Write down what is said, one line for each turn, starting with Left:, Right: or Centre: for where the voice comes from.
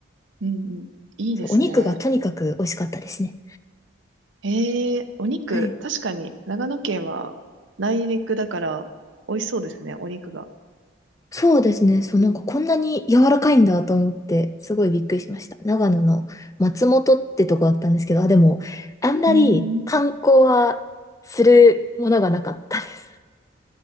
Right: うんうん。いいですね。
Left: そうお肉がとにかく美味しかったですね。
Right: ええお肉、
Left: はい。
Right: 確かに長野県は内陸だから美味しそうですね、お肉が。
Left: そうですね。そう、なんかこんなに柔らかいんだと思って、すごいびっくりしました。長野の松本ってとこだったんですけど、あ、でも、あんまり観光はするものがなかったです。
Right: うーん。